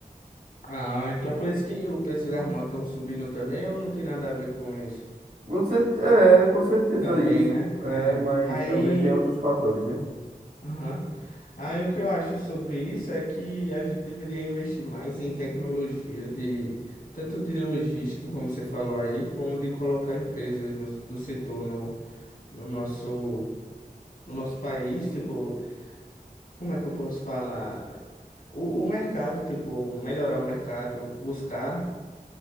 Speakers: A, on the left; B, on the right.
A: Ah, então por isso que o preço das motos estão subindo também ou não tem nada a ver com isso?
B: Com certe- É, com certeza
A: Também,
B: isso,
A: né?
B: é,
A: É.
B: mas
A: Aí,
B: também tem outros fatores, né?
A: aham. Aí o que eu acho sobre isso é que a gente deveria investir mais em tecnologia de tanto de logística, como você falou aí, como de colocar empresas no, do setor no, no nosso no nosso país, tipo, como é que eu posso falar? O, o mercado, tipo, melhorar o mercado, buscar